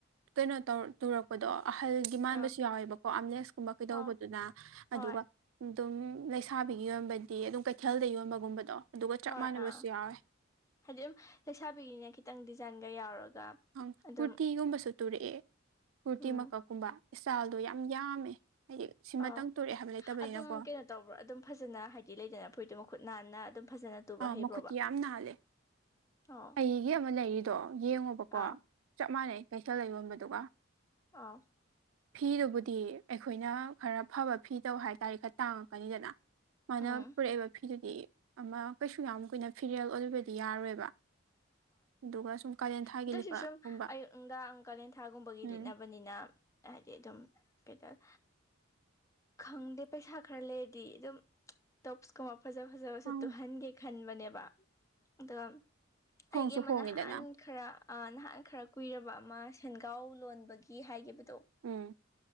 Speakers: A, on the right (about 85°); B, on the left (about 15°).
A: ꯀꯩꯅꯣ ꯇꯧ ꯇꯨꯔꯛꯄꯗꯣ ꯑꯍꯜꯒꯤ ꯃꯥꯟꯕꯁꯨ
B: ꯑꯪ
A: ꯌꯥꯎꯋꯦꯕꯀꯣ ꯑꯝꯂꯦꯛꯁꯀꯨꯝꯕ ꯀꯩꯗꯧꯕꯗꯨꯅ
B: ꯑꯧ ꯍꯣꯏ
A: ꯑꯗꯨꯒ ꯑꯗꯨꯝ ꯂꯩꯁꯥꯕꯤꯒꯤ ꯌꯣꯟꯕꯗꯤ ꯑꯗꯨꯝ ꯀꯩꯊꯦꯜꯗ ꯌꯣꯟꯕꯒꯨꯝꯕꯗꯣ ꯑꯗꯨꯒ ꯆꯞ
B: ꯍꯣꯏ
A: ꯃꯥꯟꯅꯕꯁꯨ
B: ꯑꯥ
A: ꯌꯥꯎꯋꯦ
B: ꯍꯥꯏꯗꯤ ꯑꯗꯨꯝ ꯂꯩꯁꯥꯕꯤꯒꯤꯅꯦꯅ ꯈꯤꯇꯪ ꯗꯤꯖꯥꯏꯟꯒ ꯌꯥꯎꯔꯒ
A: ꯑꯪ
B: ꯑꯗꯨꯝ
A: ꯀꯨꯔꯇꯤꯒꯨꯝꯕꯁꯨ ꯇꯨꯔꯛꯑꯦ ꯀꯨꯔꯇꯤ
B: ꯎꯝ
A: ꯃꯀꯛꯀꯨꯝꯕ ꯏꯁꯇꯥꯏꯜꯗꯣ ꯌꯥꯝ ꯌꯥꯝꯃꯦ ꯍꯥꯏꯗꯤ ꯁꯤꯃꯇꯪ
B: ꯑꯥꯎ
A: ꯇꯨꯔꯛꯑꯦ ꯍꯥꯏꯕ ꯂꯩꯇꯕꯅꯤꯅꯀꯣ
B: ꯑꯗꯨꯝ ꯀꯩꯅꯣ ꯇꯧꯕ꯭ꯔꯥ ꯑꯗꯨꯝ ꯐꯖꯅ ꯍꯥꯏꯗꯤ ꯂꯩꯗꯅ ꯐꯨꯔꯤꯠꯇꯣ ꯃꯈꯨꯠ ꯅꯥꯟꯅ ꯑꯗꯨꯝ ꯐꯖꯅ ꯇꯨꯕ
A: ꯑꯥ
B: ꯍꯩꯕ꯭ꯔꯣꯕ
A: ꯃꯈꯨꯠꯇꯤ ꯌꯥꯝ ꯅꯥꯜꯂꯦ
B: ꯑꯣ
A: ꯑꯩꯒꯤ
B: ꯑꯗꯨꯗꯤ
A: ꯑꯃ ꯂꯩꯔꯤꯗꯣ ꯌꯦꯡꯉꯣꯕꯀꯣ
B: ꯑꯥ
A: ꯆꯞ ꯃꯥꯟꯅꯩ ꯀꯩꯊꯦꯜꯗ ꯌꯣꯟꯕꯗꯨꯒ
B: ꯑꯥ
A: ꯐꯤꯗꯨꯕꯨꯗꯤ ꯑꯩꯈꯣꯏꯅ ꯈꯔ ꯐꯕ ꯐꯤ ꯇꯧ ꯍꯥꯏ ꯇꯥꯔꯦ ꯈꯔ ꯇꯥꯡꯉꯛꯀꯅꯤꯗꯅ ꯃꯥꯅ
B: ꯎꯝ
A: ꯄꯨꯔꯛꯏꯕ ꯐꯤꯗꯨꯗꯤ ꯑꯃ ꯀꯩꯁꯨ ꯌꯥꯝ ꯀꯨꯏꯅ ꯐꯤꯔꯦꯜ ꯑꯣꯏꯕꯗꯤ ꯌꯥꯔꯣꯏꯕ ꯑꯗꯨꯒ ꯁꯨꯝ ꯀꯥꯂꯦꯟ ꯊꯥꯒꯤ
B: ꯑꯗꯨꯑꯣꯏꯁꯨ
A: ꯂꯤꯠꯄꯒꯨꯝꯕ
B: ꯁꯨꯝ ꯑꯌꯨꯛ ꯅꯨꯡꯗꯥꯡ ꯀꯥꯂꯦꯟꯊꯥꯒꯨꯝꯕꯒꯤ
A: ꯎꯝ
B: ꯂꯤꯠꯅꯕꯅꯤꯅ ꯍꯥꯏꯗꯤ ꯑꯗꯨꯝ ꯀꯦꯇꯔ ꯈꯪꯗꯦ ꯄꯩꯁꯥ ꯈꯔ ꯂꯩꯔꯗꯤ ꯑꯗꯨꯝ ꯇꯣꯞ ꯀꯨꯝꯕ ꯐꯖ ꯐꯖꯕꯁꯨ
A: ꯑꯪ
B: ꯇꯨꯍꯟꯒꯦ ꯈꯟꯕꯅꯦꯕ ꯑꯗꯣ
A: ꯍꯣꯡꯁꯨ
B: ꯑꯩꯒꯤ ꯑꯃꯅꯍꯥꯟ
A: ꯍꯣꯡꯉꯤꯗꯅ
B: ꯈꯔ ꯅꯍꯥꯟ ꯈꯔ ꯀꯨꯏꯔꯕ ꯑꯃ ꯁꯦꯟꯒ꯭ꯔꯥꯎ ꯂꯣꯟꯕꯒꯤ ꯍꯥꯏꯒꯤꯕ ꯗꯣ
A: ꯎꯝ